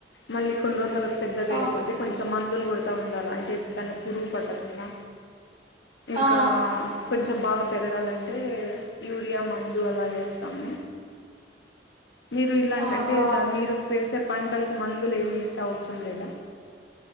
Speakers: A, on the left; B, on the right.
A: మళ్ళీ కొన్నిరోజుల తర్వాత పెద్దగాయే
B: ఆ
A: కొద్ది కొంచెం కొంచెం మందులు కొడతూ ఉండాలి అంటే దాన్ని పురుగు పట్టకుండా ఇంకా
B: ఆ ఆ
A: కొంచెం బాగా పెరగాలంటే యూరియా మందు అలా వేస్తాము మీరు ఇలాంటింటే
B: ఆహా
A: మీరు పంటలకు మందులు ఏమి వేసే అవసరం లేదా